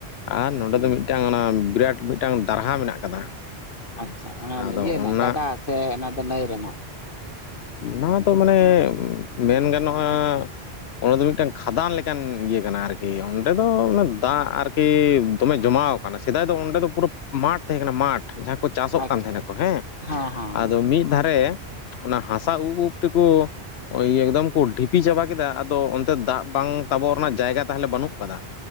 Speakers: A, on the left; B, on the left.
A: ᱟᱨ ᱱᱚᱰᱮ
B: ᱦᱮᱸ
A: ᱫᱚ ᱢᱤᱫ ᱢᱤᱫᱴᱟᱝ ᱚᱱᱟ ᱵᱤᱨᱟᱴ ᱢᱤᱫᱴᱟᱝ ᱫᱟᱨᱦᱟ ᱢᱮᱱᱟᱜ ᱠᱟᱫᱟ
B: ᱟᱪᱷᱟ ᱚᱱᱟ
A: ᱟᱫᱚ
B: ᱤᱭᱟᱹ
A: ᱚᱱᱟ
B: ᱨᱮᱱᱟᱜ ᱜᱟᱰᱟ ᱥᱮ ᱚᱱᱟ ᱫᱚ ᱱᱟᱹᱭ ᱨᱮᱱᱟᱜ
A: ᱚᱱᱟ ᱫᱚ ᱢᱟᱱᱮ ᱢᱮᱱ ᱜᱟᱱᱚᱜᱼᱟ ᱚᱸᱰᱮ ᱫᱚ ᱢᱤᱫᱴᱮᱱ ᱠᱷᱟᱫᱟᱱ ᱞᱮᱠᱟᱱ ᱤᱭᱟᱹ ᱠᱟᱱᱟ ᱟᱨᱠᱤ ᱚᱸᱰᱮ ᱫᱚ ᱚᱱᱟ ᱫᱟᱜ ᱟᱨᱠᱤ ᱫᱚᱢᱮ ᱡᱚᱢᱟᱣ ᱠᱟᱱᱟ ᱥᱮᱫᱟᱭ ᱫᱚ ᱚᱸᱰᱮ ᱫᱚ ᱯᱩᱨᱟᱹ ᱢᱟᱴ ᱛᱟᱦᱮᱸ ᱠᱟᱱᱟ ᱢᱟᱴ ᱡᱟᱦᱟᱸ ᱠᱚ ᱪᱟᱥᱚᱜ
B: ᱟᱪᱪᱷᱟ
A: ᱠᱟᱱ ᱛᱟᱦᱮᱱᱟ ᱠᱚ ᱦᱮᱸ,
B: ᱦᱮᱸ ᱦᱮᱸ
A: ᱟᱫᱚ ᱢᱤᱫ ᱫᱷᱟᱨᱮ ᱚᱱᱟ ᱦᱟᱥᱟ ᱩᱵ ᱩᱵ ᱛᱮᱠᱩ ᱳᱭ ᱤᱭᱟᱹ ᱮᱠᱫᱚᱢ ᱠᱩ ᱰᱷᱤᱯᱤ ᱪᱟᱵᱟ ᱠᱮᱫᱟ ᱟᱫᱚ ᱚᱱᱛᱮ ᱫᱟᱜ ᱵᱟᱝ ᱛᱟᱵᱚᱜ ᱨᱮᱱᱟᱜ ᱡᱟᱭᱜᱟ ᱛᱟᱦᱚᱞᱮ ᱵᱟᱹᱱᱩᱜ ᱠᱟᱫᱟ